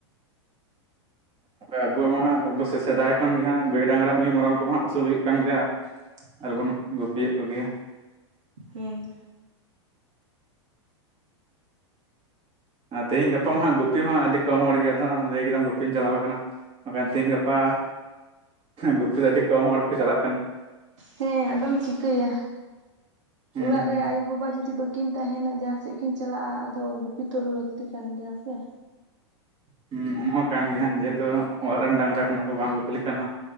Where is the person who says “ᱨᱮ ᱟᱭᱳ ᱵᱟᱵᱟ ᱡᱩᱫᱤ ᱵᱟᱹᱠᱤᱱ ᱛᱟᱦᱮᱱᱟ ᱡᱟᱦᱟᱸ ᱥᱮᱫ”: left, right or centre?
Right